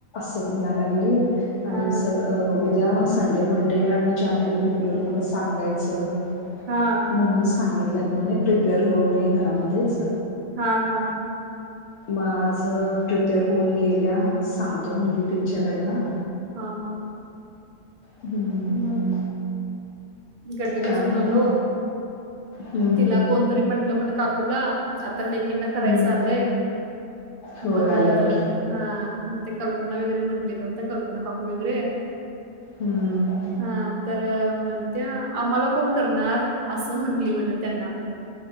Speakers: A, on the left; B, on the right.
A: म्हणा लागली. आणि
B: हा
A: स उ उद्या संडे मंडे आणि जानेवारी फेब्रुवारी मला सांगायचं
B: हा
A: म्हणून सांगित ल्यात म्हणे. प्रिपेअर होऊ नये घरामध्येच.
B: हा, हा.
A: मग आज प्रिपेअर होऊन गेल्या सांगतो म्हणजे टीचरांना.
B: हा, हा.
A: हम्म
B: मग गड्डीला
A: काय
B: जाऊन
A: नाही
B: आलो
A: हम्म हम्म
B: तिला कोणतरी म्हंटलं म्हण काक ुला आता लेक किना कराय
A: हम्म
B: चालंय
A: होय
B: मग
A: आले की
B: हा. ते कल्पना वगैरे म्हंटली त वाटत कल्पना काकू वगैरे.
A: हम्म.
B: हा तर म्हणत्या आम्हाला कोण करणार असं म्हंटली म्हण त्यांना.